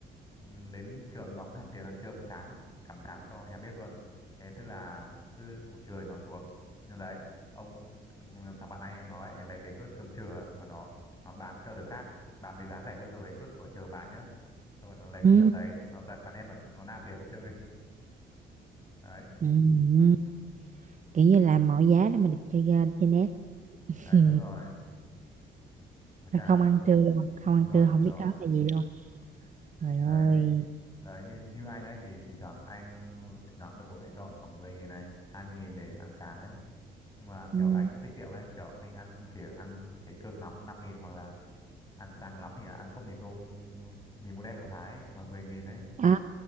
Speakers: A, on the left; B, on the right.
A: ừ, đến trường đóng hẳn tiền ăn trưa một tháng cả một tháng cho nhà bếp luôn thế tức là cứ buổi trưa thì nó xuống nhưng đấy ông thằng bạn anh ấy nói lấy cái suất cơm trưa của nó nó bán cho đứa khác bán với giá rẻ hơn so với suất của trường bán nhá xong rồi nó lấy cái
B: ừ.
A: tiền đấy nó ra quán net nó nó nạp tiền nó chơi đấy
B: Ừ. ừ. kiểu như làm mọi giá để mà được chơi game chơi nét
A: đấy
B: ừ.
A: đúng rồi với
B: rồi
A: cả
B: <laughs> không ăn trưa luôn không ăn
A: đúng rồi
B: trưa
A: đúng
B: không biết
A: rồi
B: đó là gì luôn trời ơi
A: đấy như đấy như như anh ấy thì thỉnh thoảng anh thỉnh thoảng được bố mẹ cho khoảng mười nghìn này hai mươi nghìn để ăn sáng ấy nhưng mà kiểu
B: ừ.
A: anh cũng tiết kiệm ấy kiểu anh ăn chỉ ăn cái cơm nắm năm nghìn hoặc là ăn sáng lắm thì là ăn cốc mì tôm mì mỗ đen lẩu thái ấy, mà 10 nghìn ấy
B: à